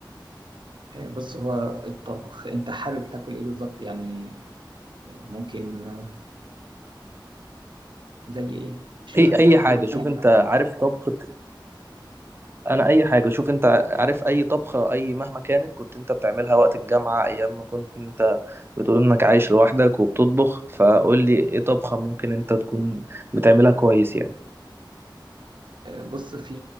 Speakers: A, on the right; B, on the right.
A: بص هو الطبخ أنت حابب تاكل إيه بالظبط يعني آه، ممكن آه، زي إيه شوف
B: اي
A: أنت
B: اي
A: حابب
B: حاجة شوف
A: إيه
B: انت عارف طبخة انا اي حاجة شوف انت عارف اي طبخة اي مهما كانت كنت انت بتعملها وقت الجامعة ايام ما كنت انت بتقول انك عايش لوحدك وبتطبخ فقول لي ايه طبخة ممكن انت تكون بتعملها كويس يعني
A: آه، بص في